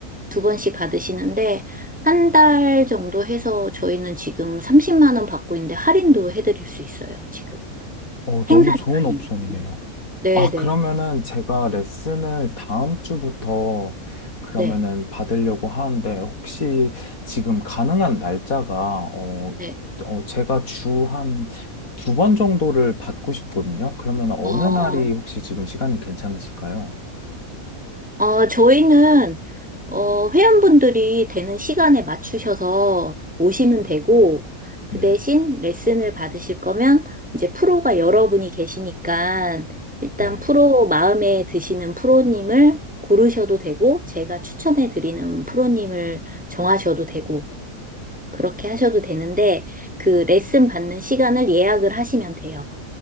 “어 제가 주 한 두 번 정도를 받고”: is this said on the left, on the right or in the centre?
Left